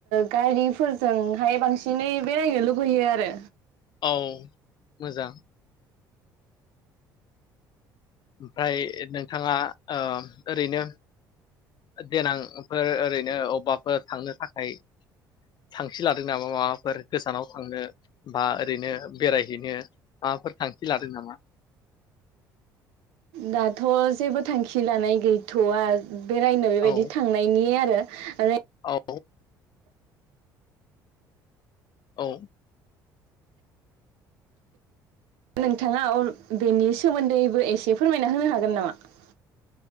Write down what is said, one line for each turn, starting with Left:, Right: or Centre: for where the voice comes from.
Right: गारिफोरजोंहाय बांसिनै बेरायनो लुगैयो आरो
Left: औ मोजां ओमफाय नोंथाङा ओ ओरैनो देनांफोर ओरैनो अबबाफोर थांनो थाखाय थांखि लादों नामा माबाफोर गोजानाव थांनो बा ओरैनो बेरायहैनो माबाफोर थांखि लादों नामा?
Right: दाथ जेबो थांखि लानाय गैथआ बेरायनो बेबायदि
Left: औ
Right: थांनायनि आरो <unintelligible>
Left: औ औ
Right: नोंथाङा अ बेनि सोमोन्दैबो एसे फोरमायना होनो हागोन नामा?